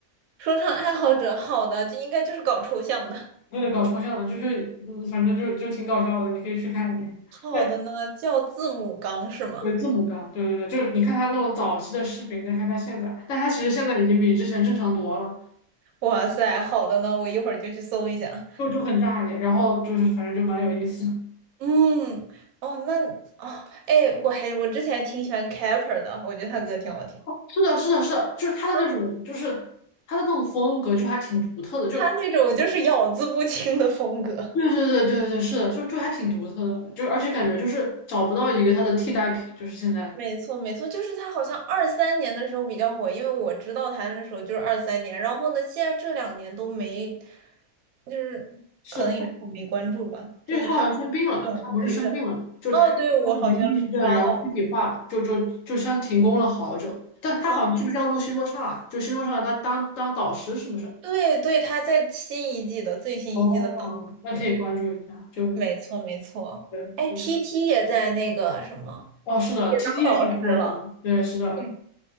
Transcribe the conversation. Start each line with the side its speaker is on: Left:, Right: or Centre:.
Right: 说唱爱好者？好的，就应该就是搞抽象的。
Left: 为了搞抽象的，就是嗯，反正就就挺搞笑的，你可以去看一看。
Right: 好的呢，
Left: 对，
Right: 叫字母刚是吗？
Left: 对字母哥，对对对，就是你看他那种早期的视频，再看他现在，但他其实现在已经比之前正常多了，
Right: 哇塞，好的呢，我一会儿就去搜一下。
Left: 就就很炸裂，然后就是反正就蛮有意思的。<laughs>
Right: 嗯，哦，那哦，哎，我还我之前挺喜欢 Capper 的，我觉得他歌挺好听。
Left: 是的，是的，是的，就是他的那种，
Right: 嗯，
Left: 就是他的那种风格，就还挺独特的，就。
Right: 他那种就是咬字不清的风格。
Left: 对对对对对，是的，就就还挺独特的，就而且感觉就是找不到一个他的替代品，就是现在
Right: 没错，没错，就是他好像二三年的时候比较火，因为我知道他那时候就是二三年，然后呢，现在这两年都没，就是可能也是我没关注吧，
Left: 是，
Right: 就是他不是很活跃。
Left: 因为他好像生病了嘛，他不是生病了嘛就他他是没抑郁症，
Right: 哦，对，我好像是刷到，
Left: 然后躯体化嘛，就就就像停工了好久，但他好像是不是要录新说唱啊？
Right: 哦，
Left: 就新说唱当当当导师是不是？
Right: 对对，他在新一季的最新一季的当
Left: 哦，那可以关注一下，
Right: 中。
Left: 就
Right: 没错没错。
Left: 对对，
Right: 哎，TT 也在那个什么，
Left: 哦，是的，T
Right: 也当导师了。
Left: T 也挺帅的，对，是的，
Right: 嗯，